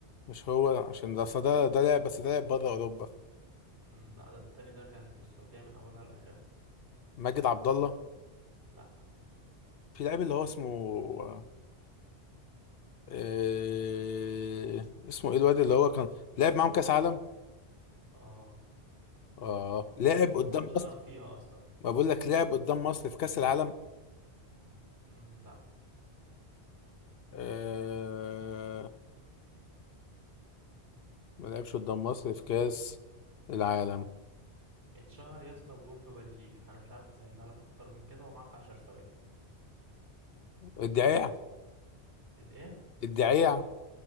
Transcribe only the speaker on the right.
مم، لا ده التاني ده كان في السعودية من اولها لاخرها
لا
اه
هو اتشهر
فيها اصلا
امم لا
اتشهر يا اسطى وجون في بلجيكا انا مش عارف اسهلها لك اكتر من كده ومعاك عشر ثواني
الايه